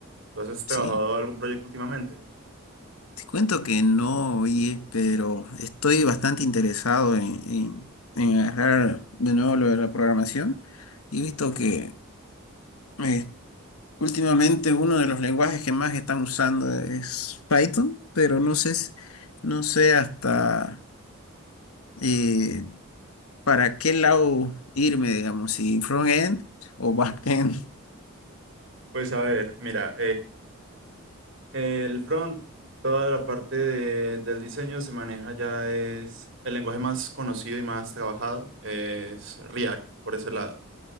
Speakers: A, on the right; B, on the left.
A: Entonces, ¿has trabajado
B: Sí,
A: algún proyecto últimamente?
B: te cuento que no, oye, pero estoy bastante interesado en, en- en agarrar de nuevo lo de la programación y he visto que eh, últimamente uno de los lenguajes que más están usando es Python, pero no sé, si- no sé hasta eh, para qué lado irme, digamos, si front-end o back-end,
A: Pues a ver, mira, El front, toda la parte de- del diseño se maneja ya es el lenguaje más conocido y más trabajado, es React por ese lado.